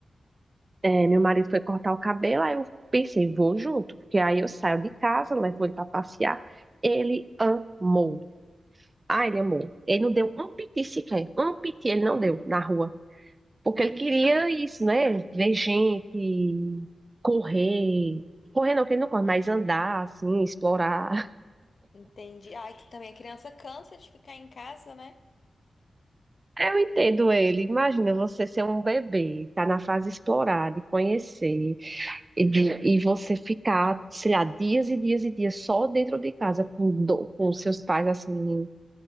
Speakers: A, on the right; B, on the left.
A: É, meu marido foi cortar o cabelo, aí eu pensei, vou junto, porque aí eu saio de casa, levo ele para passear. Ele amou. Ah, ele amou. Ele não deu um piti sequer, um piti ele não deu na rua, porque ele queria
B: Uhum.
A: isso, né? Ver gente, correr. Correr não, que ele não corre, mas andar, assim, explorar.
B: Entendi. Ai, que também a criança cansa de ficar em casa, né?
A: <laughs> Eu entendo ele. Imagina você ser um bebê, tá na fase de explorar, de conhecer. E, de- e você ficar, sei lá, dias e dias e dias só dentro de casa com, do- com seus pais, assim,